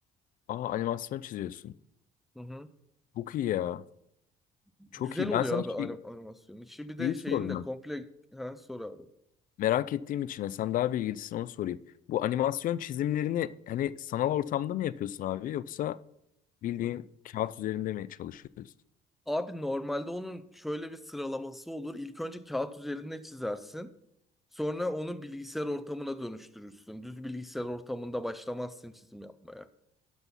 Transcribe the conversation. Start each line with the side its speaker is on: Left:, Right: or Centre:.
Left: Aa animasyon çiziyorsun.
Centre: Hı hı.
Left: Çok iyi ya.
Centre: Güzel
Left: Çok iyi.
Centre: oluyor
Left: Ben sana
Centre: abi anim
Left: şey,
Centre: animasyonu. İşi bir de
Left: şeyi
Centre: şeyin
Left: soracağım.
Centre: de komple ha, sor abi.
Left: Merak ettiğim için sen daha bilgilisin onu sorayım. Bu animasyon çizimlerini hani sanal ortamda mı yapıyorsun abi yoksa bildiğin
Centre: Hı.
Left: kağıt üzerinde mi çalışıyorsun?
Centre: Abi normalde onun şöyle bir sıralaması olur. İlk önce kağıt üzerinde çizersin. Sonra onu bilgisayar ortamına dönüştürürsün. Düz bilgisayar ortamında başlamazsın çizim yapmaya.